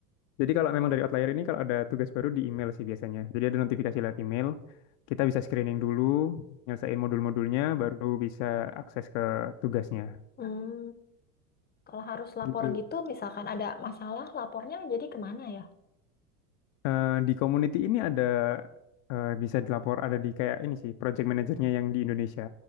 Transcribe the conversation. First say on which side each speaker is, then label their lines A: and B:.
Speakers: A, on the left; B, on the left.
A: Jadi kalau memang dari outlier ini kalau ada tugas baru di email sih biasanya. Jadi ada notifikasi lewat email, kita bisa screening dulu, nyelesain modul-modulnya, baru bisa akses ke tugasnya.
B: Hmm. Kalau harus lapor
A: Gitu.
B: gitu, misalkan ada masalah, lapornya jadi kemana ya?
A: Eh, di community ini ada eh, bisa dilapor ada di kayak ini sih project manajernya yang di Indonesia.